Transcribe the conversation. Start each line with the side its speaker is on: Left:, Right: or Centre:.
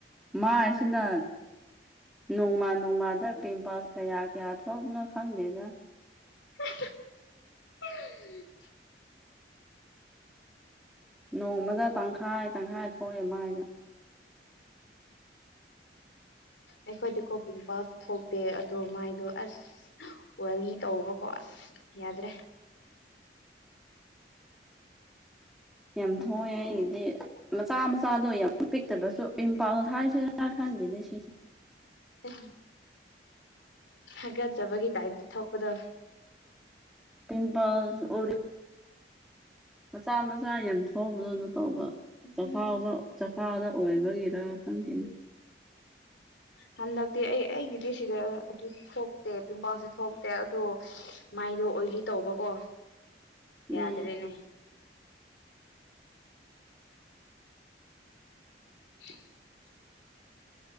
Centre: ꯃꯥꯏꯁꯤꯅ ꯅꯣꯡꯃ ꯅꯣꯡꯃꯥꯗ ꯄꯤꯝꯄꯜꯁ ꯀꯌꯥ ꯀꯌꯥ ꯊꯣꯛꯅꯣ ꯈꯪꯗꯦꯗ
Left: ꯑ <unintelligible>
Centre: ꯅꯣꯡꯃꯗ ꯇꯪꯈꯥꯏ ꯇꯪꯈꯥꯏ ꯊꯣꯛꯑꯦ ꯃꯥꯏꯗ
Left: ꯑꯩꯈꯣꯏꯗꯤ ꯀꯣꯛꯀꯨꯝꯕ ꯊꫭꯛꯇꯦ ꯑꯗꯣ ꯃꯥꯏꯗꯣ ꯑꯁ ꯋꯥꯂꯤ ꯇꯧꯕꯀꯣ ꯑꯁ ꯌꯥꯗ꯭ꯔꯦ
Centre: ꯌꯥꯝ ꯊꯣꯛꯑꯦ ꯑꯩꯒꯤꯗꯤ ꯃꯆꯥ ꯃꯆꯥꯗꯣ ꯌꯥꯝ ꯄꯤꯛꯇꯕꯁꯨ ꯏꯝꯐꯥꯜ ꯊꯁꯤꯅ ꯈ ꯈꯪꯗ‌ꯦꯅꯦꯁꯤꯁ
Left: ꯎ <unintelligible> ꯍꯒꯠꯆꯕꯒꯤ ꯇꯥꯏꯞꯇ ꯊꯣꯛꯄꯗ
Centre: ꯄꯤꯝꯄꯜꯁ ꯑꯨꯔꯤꯡ ꯃꯆꯥ ꯃꯆꯥ ꯌꯥꯝ ꯊꯣꯛꯎꯕꯗꯣ ꯑꯗꯨꯝ ꯇꯧꯕ ꯆꯈꯥꯎꯕ
Left: ꯎꯝ
Centre: ꯆꯈꯥꯎꯗ ꯑꯣꯏꯕꯒꯤꯔ ꯈꯪꯗꯦꯅ
Left: ꯍꯟꯗꯛꯇꯤ ꯑꯩ ꯑꯩꯒꯤꯗꯤ ꯁꯤꯗ ꯑꯗꯨ ꯊꯣꯛꯇꯦ ꯄꯝꯕꯥꯜꯁꯦ ꯊꯣꯛꯇꯦ ꯑꯗꯨꯥꯏ ꯍꯥꯏꯗꯣ ꯑꯣꯏꯂꯤ ꯇꯧꯕꯀꯣ ꯌꯥꯗ꯭ꯔꯦꯅꯦ
Centre: ꯎꯝ
Left: ꯎ <unintelligible>